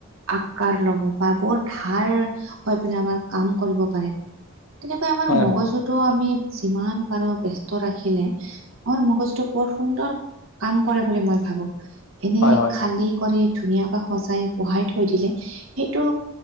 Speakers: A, on the right; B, on the left.
A: আকাৰ ল'ব বা বৰ ধাৰ <inaudible> হৈ পিনে আমাৰ কাম কৰিব পাৰে তেনেকৈ আমাৰ
B: হয়
A: মগজুত
B: হয়
A: <inaudible> টো আমি যিমান পাৰো ব্যস্ত ৰাখিলে <unintelligible> আমাৰ মগজুটো বৰ সুন্দৰ কাম কৰে বুলি মই ভাবোঁ এনেই
B: হয় হয়
A: <inaudible> খালি কৰি ধুনীয়াকে সজাই বহাই থৈ দিলে <inaudible> সেইটো